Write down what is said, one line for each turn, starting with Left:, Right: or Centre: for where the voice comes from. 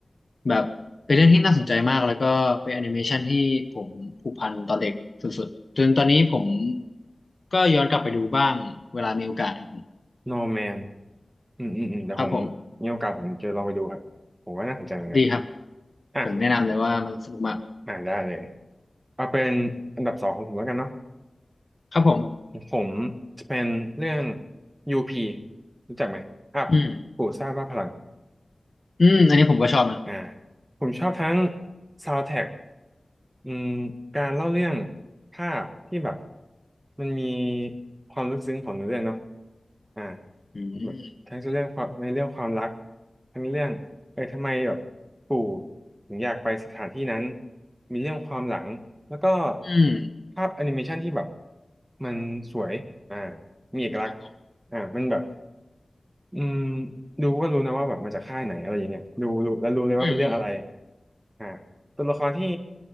Left: แบบเป็นเรื่องที่น่าสนใจมากแล้วก็เป็นแอนิเมชันที่ผมผูกพันตอนเด็กสุดๆจนตอนนี้ผมก็ย้อนกลับไปดูบ้างเวลามีโอกาสครับผม
Right: No Man อืมอืมอืมเดี๋ยวผมมีโอกาสผมจะลองไปดูครับผมว่าน่าสนใจเหมือนกัน
Left: ครับผมดีครับ
Right: อ่ะ
Left: ผมแนะนำเลยว่ามันสนุกมาก
Right: อ่าได้เลยเอาเป็นอันดับสองของผมแล้วกันเนาะ
Left: ครับผม
Right: ผมจะเป็นเรื่อง UP รู้จักไหมอัพกูซ่าบ้าพลัง
Left: อืมอืมอันนี้ผมก็ชอบนะ
Right: อ่าผมชอบทั้งซาว n d t ท a c k อืมการเล่าเรื่องภาพที่แบบมันมีความลึกซึ้งของเนื้อเรื่องเนาะอ่า
Left: อืม
Right: แบบทั้งเรื่องความในเรื่องความรักทั้งเรื่องเออทำไมแบบปู่ถึงอยากไปสถานที่นั้นมีเรื่องความหลังแล้วก็
Left: อืม
Right: ภาพแอนิเมชันที่แบบมันสวยอ่ามีเอกลักษณ์
Left: ครับผม
Right: อ่ามันแบบ อืมดูก็รู้นะว่าแบบมาจากค่ายไหนอะไรอย่างเงี้ยดูรู้แล้วรู้เลยว่าเป็นเรื่องอะไร
Left: อืมอืม
Right: อ่าตัวละครที่